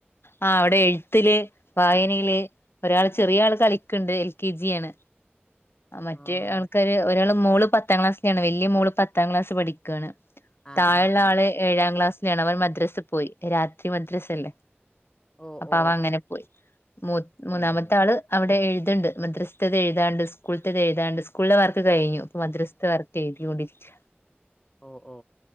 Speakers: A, on the left (about 70°); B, on the left (about 20°).
A: ആ അവിടെ എഴുത്തില്ല് വായനയില് ഒരാള് ചെറിയ ആള് കളിക്കണ്ട് എൽ കെ ജിയാണ് മറ്റേ
B: ആഹ്
A: ആൾക്കാര് ഒരാള് മോള് പത്താം ക്ലാസിലാണ് വലിയ മോള് പത്താം ക്ലാസ് പഠിക്കയാണ്
B: ആഹ്
A: താഴെയുള്ള
B: ആഹ് ആഹ്
A: ആള് ഏഴാ മദ്രസ അവൻ മദ്രസൽ പോയി രാത്രി മദ്രസ അല്ലേ
B: ഓ
A: അപ്പൊ
B: ഓ
A: അവൻ അങ്ങനെ പോയി മു മൂന്നാമത്തെ
B: ഉം
A: ആള് അവിടെ എഴുതി ഇതുണ്ട് മദ്രസ്താത് എഴുതാണ്ട് സ്കൂൾത്തത് എഴുതാണ്ട് സ്കൂളില വർക്ക് കഴിഞ്ഞു ഇപ്പ മദ്രസത്തെ വർക്ക് എഴുതി കൊണ്ടിരിക്കാ
B: ഓ ഓ